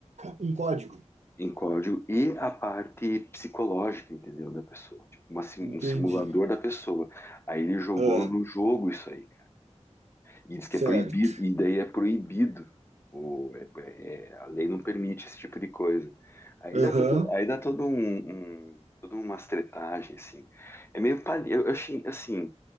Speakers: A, on the right; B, on the left.
A: Um código.
B: em código e a parte psicológica, entendeu, da pessoa, tipo uma sim-
A: Entendi.
B: um simulador da pessoa. Aí ele jogou
A: Ah,
B: no jogo isso aí. E diz que
A: certo.
B: é proibido, e daí é proibido. O, é- é- é, a lei não permite esse tipo de coisa. Aí dá
A: Aham.
B: todo, aí dá todo um, um toda uma tretagem, assim. É meio palha. Eu, eu achei, assim,